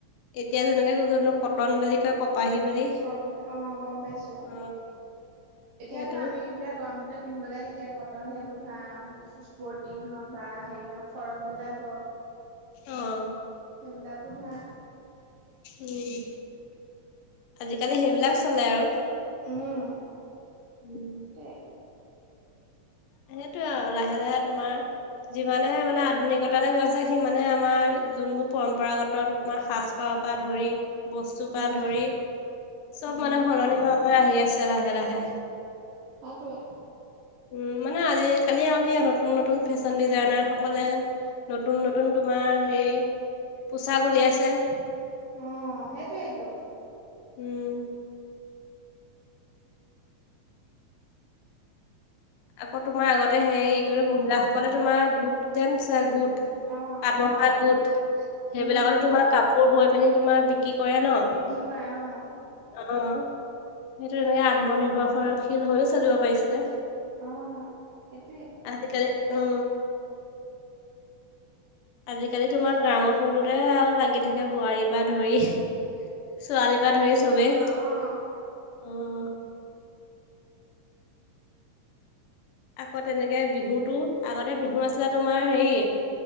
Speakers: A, on the left; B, on the right.
A: এতিয়া যেনেকে কো-কোনো-কটন বুলি কয় কপাহী বুলি
B: গম পাইছ অ', গম পাইছোঁ।
A: অ
B: এতিয়া
A: সেইটো
B: ধৰ আমি বিলাক গৰম দিনত পিন্ধিবলৈ সে এতিয়া কটন সেইবোৰ দাম স্পৰ্টিং হওক বা হেৰি হওক ফ্ৰৰক বিলাক হওক,
A: অঁ।
B: সেইবিলাকো ধৰা।
A: উম, আজিকালি সেইবিলাক চলে আৰু
B: উম।
A: উম
B: হে
A: সেইটোয়ে আও লাহে লাহে তোমাৰ যিমানে মানে, আধুনিকতালৈ গৈ আছে, সিমানে আমাৰ যোনবোৰ পৰম্পৰাগত আমাৰ সাজ পাৰ পৰা ধৰি বস্তুৰ পৰা
B: উম
A: ধৰি চব
B: উম
A: মানে সলনি হৈ হৈ আহি আছে লাহে লাহে!
B: সেইটোৱে
A: উম, মানে আজ কালি আৰু কি আৰু নতুন, নতুন ফেশ্বন ডিজাইনাৰ সকলে নতুন, নতুন তোমাৰ হেৰি পোচাক উলিয়াইছে।
B: অ', সেইটোৱেইটো।
A: উম। আকৌ তোমাৰ আগত তে হে কি বুলি মহিলাসকলে তোমাৰ গোট যেন চ গোট,
B: অ
A: আত্মসহায় গোট সেইবিলাকতো
B: উম
A: তোমাৰ কাপোৰ বৈ পিনি তোমাৰ বিক্ৰী কৰে ন?
B: বিক্ৰী কৰা অঁ।
A: অহ, সেইটো তেনেকে আত্মনিৰ্ভৰশৰশীল হৈও চলিব পাৰিছিলে।
B: অঁ সেইটোৱে।
A: আজ কালি! অ'
B: <inaudible>
A: আজিকালি তোমাৰ গ্ৰামৰ ফোনটোতহে আও লাগি থাকে বোৱাৰীৰ পৰা ধৰি ছোৱালীৰ পৰা ধৰি
B: একদম
A: চবেই!
B: আৰু অ',
A: অ' আকৌ তেনেকে বিহুতো, আগতে বিহু আছিলে তোমাৰ হেৰি